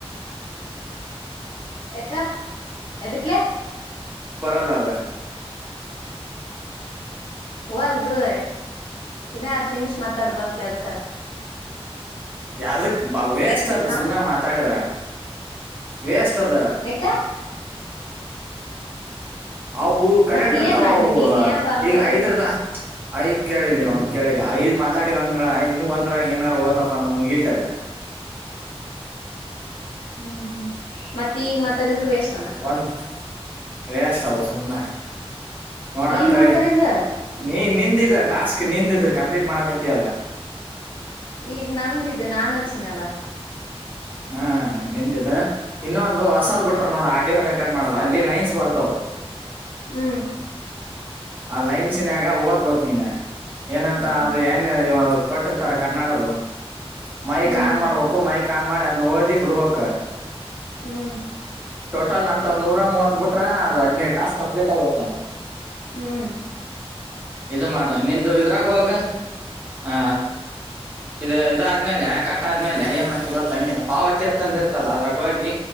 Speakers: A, on the left; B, on the right.
A: ಎಕ್ಕ ಎದಕ್ಕಲ
B: ಕೊರಲ್ಲ ಅದ
A: ಹಓ ಅಲ್ ಬಿಡು ಇನ್ನ ಹತ್ತು ನಿಮಿಷ್ ಮಾತಾಡ್ ಬರ್ತ್ತ ಅದಕ್ಕ
B: ಯಾವ್ದಕ್ ಭವ್ಯಷ್ಟ ಅದು
A: ಹಾ
B: ಸುಮ್ನೆ ಮಾತಾಡಿದ್ರ ಎೇಷ್ಟ ಅದ
A: ಯಕ್ಕ
B: ಅವು ಕರೆಟ್ರತಾವ
A: ಮತ್ ಏನ್ ಮಾಡ್ಲಿ
B: ಅವು
A: ನೀನ್ ಏನಾರ ಅನ್ಬೇಕಿಲ್ಲ
B: ಈಗ ಐದ್ರದ ಐದ್ ಕೇಳಿಲ್ಲ ಒಂದ್ ಕೇಳಿಲ್ಲ ಐದ್ ಮಾತಾಡಿ ಒಂದ್ರ ಇನ್ನು ಒಂದ್ರಾಗ ಏನಾರು ಓ್ತಪ್ಪ ಆಗಿತ್ತು ಅಂದ್ರ ಮುಗತು.
A: ಹ್ಮ್ ಹ್ಮ್ ಮತ್ತ ಈಗ ಮಾತಾಡಿದ್ರು ಎಷ್ಟ
B: ಒಂದ ವೆಸ್ಟ್ ಹ ಸುಮನೆ ನೋಡನತಡಿ
A: ಈಗ ಮಾತಾಡಿದ್ರ
B: ನೀ ನಿಂದಿದ ಟಾಸ್ಕ್ ನಿಂದಿದ ಕಂಪ್ಲೀಟ್ ಮಾಡಕತಿಯಲ್ಲ
A: ಈಗ್ ನಂದಿದ್ದು ನನಾಚ್ಚಿನಲ್ಲ
B: ಹಾ ನಿಂದಿದ ಇನ್ನೊಂದು ಹೊಸಾದ್ ಬಿಟರು ನೋಡ ಆಡಿಯೋ ರೆಕಾರ್ಡ್ ಮಾಡೋದು ಅಲ್ಲಿ ಲೈನ್ಸ್ ಬರ್ತಾವವು
A: ಹ್ಮ್
B: ಆ ಲೈನ್ಸಿನಾಗ ಓದ್ಬೇಕಕ್ ನೀನ್ ಏನಂತ
A: ಹ್ಮ್
B: ಅದು ಏನ್ ಕೊಟ್ಟಿರ್ತಾರ ಕನ್ನಡದು ಮೈಕ್
A: ಹ್ಮ್
B: ಆನ್ ಮಾಡ್ಬೇಕು ಮೈಕ್ ಆನ್ ಮಾಡಿ ಅ ಓದಿ ಬಿಡಬೇಕು
A: ಹ್ಮ್
B: ಅಂತ ಒಂದ ನೂರ ಮೂವತ್ ಬಿಟ್ರ ಅದು ಹದಿನೈದು ಟಾಸ್ಕ್ ಕಂಪ್ಲೀಟ್ ಆಗುತ್ತೆ
A: ಹ್ಮ್
B: ಇದು ಮಾಡ ನಿಂದು ಇದ್ರಾಗುವಾಗ ಹ ಇದು ಇದಾದ್ಮೇಲೆ ಕಟ್ ಆದ್ಮೇಲೆ ಏ ಮಾಡ್ತಿ ಗೊತ್ತ ನೀನ್ನನು ಪಾವತಿ ಅಂತಂದ ಇರ್ತಲ್ಲ ಅದ್ರಾಗ ಹೋಗಿ